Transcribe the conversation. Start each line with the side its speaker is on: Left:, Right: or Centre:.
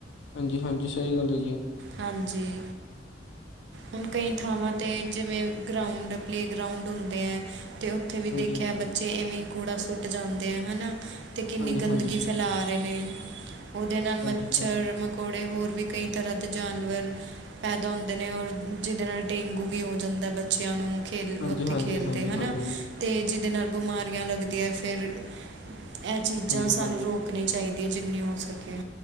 Left: ਹਾਂਜੀ -ਹਾਂਜੀ ਸਹੀ ਗੱਲ ਹੈ ਜੀ
Right: ਹਾਂਜੀ, ਹੁਣ ਕਈ ਥਾਵਾਂ ਤੇ ਜਿਵੇਂ ਗਰਾਊਂਡ ਪਲੇਗਰਾਊਂਡ ਹੁੰਦੇ ਹੈ ਤੇ ਉੱਥੇ ਵੀ
Left: ਹਾਂਜੀ,
Right: ਦੇਖਿਆ ਬੱਚੇ ਐਵੇਂ ਕੂੜਾ ਸੁੱਟ ਜਾਂਦੇ ਆ ਹਨਾ ਤੇ ਕਿੰਨੀ
Left: ਹਾਂਜੀ-ਹਾਂਜੀ,
Right: ਗੰਦਗੀ ਫੈਲਾ ਰਹੇ ਨੇ ਉਹਦੇ ਨਾਲ ਮੱਛਰ
Left: ਹਾਂਜੀ-ਹਾਂਜੀ,
Right: ਮਕੌੜੇ ਹੋਰ ਵੀ ਕਈ ਤਰ੍ਹਾਂ ਜਾਨਵਰ ਪੈਦਾ ਹੁੰਦੇ ਨੇ ਔਰ ਜਿਹਦੇ ਨਾਲ ਡੇਂਗੂ ਵੀ ਹੋ ਜਾਂਦਾ ਬੱਚਿਆਂ ਨੂੰ ਖੇਲ
Left: ਹਾਂਜੀ-ਹਾਂਜੀ,
Right: ਉੱਥੇ ਖੇਲਦੇ
Left: ਹਾਂਜੀ-ਹਾਂਜੀ,
Right: ਹਨਾ ਤੇ ਜਿਹਦੇ ਨਾਲ ਬਿਮਾਰੀਆਂ ਲੱਗਦੀਆਂ ਫਿਰ ਇਹ ਚੀਜ਼ਾਂ
Left: ਹਾਂਜੀ-ਹਾਂਜੀ।
Right: ਸਾਨੂੰ ਰੋਕਣੀ ਚਾਹੀਦੀਆਂ ਜਿੰਨੀ ਹੋ ਸਕੇ